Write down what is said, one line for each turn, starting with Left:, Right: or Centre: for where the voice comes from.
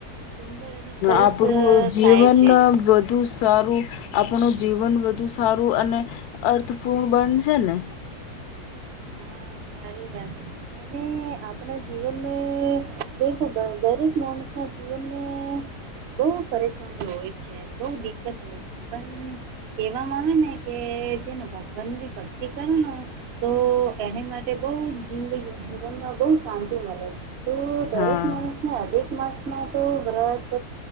Right: સુંદર અને સરસ
Left: આપડું
Right: અ,
Left: જીવન
Right: થાય છે
Left: અહ બધુસ સારું આપણું જીવન બધુ સારું અને અર્થપૂર્ણ બનશે ને
Right: હા સારી વાત અને આપણા જીવનને દેખો દરેક માણસોના જીવનને બહુ પરેશાની હોય છે બહુ દિકકત હોય છે પણ કહેવામાં આવે ને કે જેને ભગવાનની ભક્તિ કરો ને તો તો એને માટે બહુ જિંદગી જીવનમાં બહુ શાંતિ મલે છે. તો દરેક
Left: હા
Right: માણસને અધિક માર્ચમાં તો વ્રત